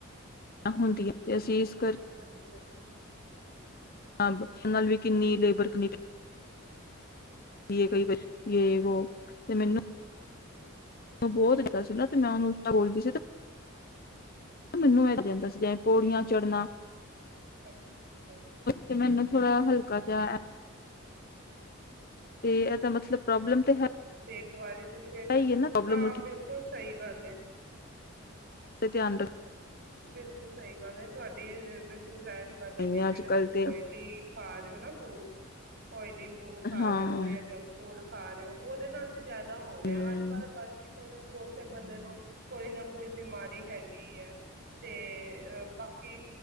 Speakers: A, on the left; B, on the right.
A: ਹੁੰਦੀਆਂ। ਤੇ ਅਸੀਸ
B: ਹਾਂਜੀ-ਹਾਂਜੀ,
A: ਹਾਂ ਬੱਚਿਆਂ ਨਾਲ ਵੀ ਕਿੰਨੀ ਲੇਬਰ ਕਿੰਨੀ ਜੇ ਕਈ ਜੇ ਵੋ ਤੇ ਮੈਨੂੰ,
B: ਹ
A: ਬਹੁਤ ਇੱਦਾਂ ਸੀ, ਨਾ ਤੇ ਮੈਂ ਉਹਨੂੰ ਔ ਬੋਲਦੀ ਸੀ ਮੈਨੂੰ ਐ ਜਾਂਦਾ ਸੀ ਜਿਵੇਂ ਪੌੜੀਆਂ ਚੜ੍ਹਨਾ।
B: ਅੱਛਾ ਅੱਛਾ
A: ਤੇ ਮੈਨੂੰ ਥੋੜਾ ਹਲਕਾ ਜਾ ਇਹਦਾ, ਮਤਲਬ ਪ੍ਰੋਬਲਮ ਤੇ
B: ਤੇ ਇੱਕ ਵਾਰੀ ਤੁਸੀਂ
A: ਹੀ ਹੈ ਨਾ ਪ੍ਰੋਬਲਮ
B: ਹਾਂ, ਬਿਲਕੁਲ ਸਹੀ ਗੱਲ ਐ।
A: ਤੇ ਧਿਆਨ ਰੱਖ
B: ਬਿਲਕੁਲ ਸਹੀ ਗੱਲ ਹੈ, ਤੁਹਾਡੀ ਬਿਲਕੁਲ ਜਾਇਜ ਗੱਲ
A: ਰੱਖਣਾ
B: ਹੈਗੀ ਹੈ, ਜਿਹੜਾ
A: ਅੱਜ ਕੱਲ
B: ਤੁਸੀਂ
A: ਤੇ
B: ਆਇਲੀ ਖਾ ਰਹੇ ਹੋ ਨਾ ਫੂਡ। ਔਇਲੀ, ਫੂਡ ਖਾ
A: ਹਾਂ
B: ਰਹੇ ਹੋ ਜਾਂ, ਜੰਕ ਫੂਡ ਖਾ ਰਹੇ ਹੋ ਉਹਦੇ ਨਾਲ ਤੇ ਜ਼ਿਆਦਾ, ਹੋ ਰਿਹਾ
A: ਹਮ
B: ਅੱਜ ਕੱਲ ਹਰ ਕਿਸੇ ਨੂੰ ਉੱਸੇ ਬੰਦੇ ਨੂੰ ਕੋਈ ਨਾ ਕੋਈ ਬਿਮਾਰੀ ਹੈਗੀ ਹੈ। ਤੇ ਬਾਕੀ,